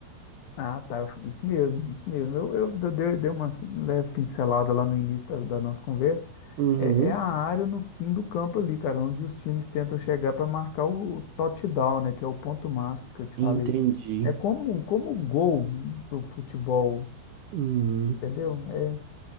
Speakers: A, on the left; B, on the right.
A: Ah, tá. eu- Isso mesmo, isso mesmo. Eu, eu de- dei, dei uma leve pincelada lá no início da, da nossa conversa.
B: Uhum,
A: É, é a área no fim do campo ali, cara, onde os times tentam chegar para marcar o touchdown, né? Que é o ponto máximo que eu te
B: entendi.
A: falei. É como, como o gol do futebol,
B: Hum,
A: entendeu? É,